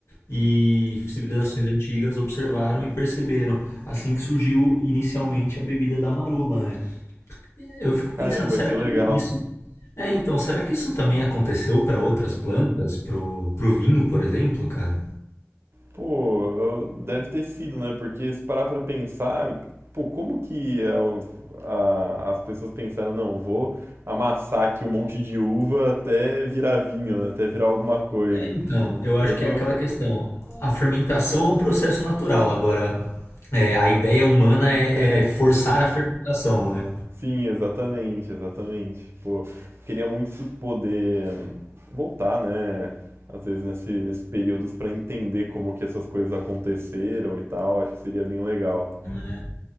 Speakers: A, on the left; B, on the right.
A: E civilizações antigas observaram e perceberam, assim que surgiu inicialmente a bebida da marula, né? Eu fico
B: caramba,
A: pensando, será
B: que
A: que
B: legal.
A: isso é, então, será que isso também aconteceu para outras plantas, pro, pro vinho, por exemplo, cara?
B: Pô, eu- deve ter sido, né? Porque se parar pra pensar, pô, como que a- a- as pessoas pensaram, não, vou amassar aqui um monte de uva até virar vinho, né? Até virar alguma coisa.
A: É, então, eu
B: Eu
A: acho que
B: não.
A: é aquela questão.
B: <laughs>
A: A fermentação é um processo natural. Agora, é, a ideia humana é,
B: É,
A: é forçar a fermentação, né?
B: sim, exatamente, exatamente. pô queria muito su- poder hum, voltar, né? Às vezes nesse, nesses períodos para entender como que essas coisas aconteceram e tal, acho que seria bem legal.
A: É.